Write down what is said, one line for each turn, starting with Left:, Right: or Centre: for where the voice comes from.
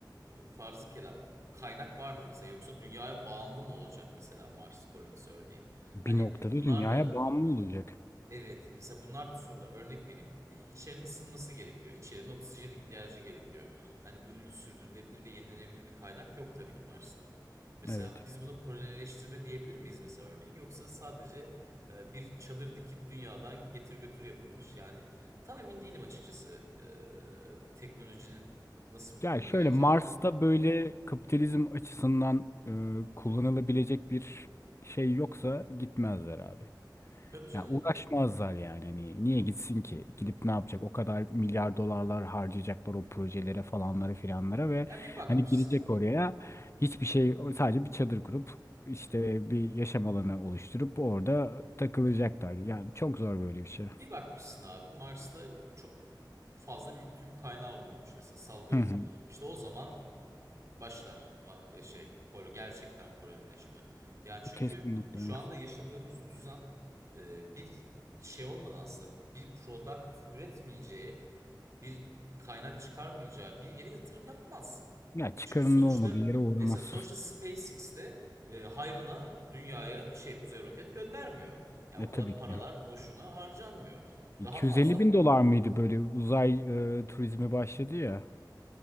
Right: e, farzı kelam kaynak var mı mesela yoksa dünyaya bağımlı mı olacak mesela Mars kolonisi örneğin?
Left: Bir
Right: Hani
Left: noktada
Right: bunlar
Left: dünyaya
Right: da
Left: bağımlı olacak.
Right: Evet, mesela bunlar da sorular. Örnek vereyim. E, İçerinin ısınması gerekiyor. İçerinin oksijen ihtiyacı gerekiyor. Hani böyle sürdürülebilir ve yenilenebilir bir kaynak yok tabii ki Mars'ta. Mesela
Left: Evet.
Right: biz buna kolonileştirme diyebilir miyiz mesela örneğin? Yoksa sadece e, bir çadır dikip dünyadan getir götür yapılmış. Yani tam emin değilim açıkçası e, teknolojinin nasıl bir konuma
Left: Yani şöyle
Right: geleceği
Left: Mars'ta
Right: hakkında.
Left: böyle kapitalizm açısından e, kullanılabilecek bir şey yoksa gitmezler abi.
Right: Tabii canım.
Left: Ya uğraşmazlar yani hani niye gitsin ki? Gidip ne yapacak? O kadar milyar dolarlar harcayacaklar o projelere falanlara filanlara ve
Right: Ya bir bakmışsın.
Left: hani gidecek oraya hiçbir şey sadece bir çadır kurup işte bir yaşam alanı oluşturup orada takılacaklar. Yani çok zor böyle bir şey.
Right: Bir bakmışsın abi Mars'ta çok fazla lityum kaynağı bulunmuş mesela sallıyorum.
Left: hı. hı.
Right: İşte o zaman başlar ma- e, şey kol gerçekten kolonileşme. Yani çünkü
Left: Kesinlikle.
Right: şu anda yaşadığımız düzen e, bir şey olmadan aslında bir product üretmeyeceği bir kaynak çıkarmayacağı bir yere yatırım yapmaz.
Left: Ya çıkarının
Right: Çünkü sonuçta
Left: olmadığı yere uğramazsın.
Right: mesela sonuçta SpaceX'te e, hayrına dünyaya şey uzay roket göndermiyor. Yani
Left: Ya
Right: o kadar
Left: tabii
Right: paralar
Left: ki.
Right: boşuna harcanmıyor.
Left: 250
Right: Daha fazla
Left: bin dolar mıydı böyle uzay e, turizmi başladı ya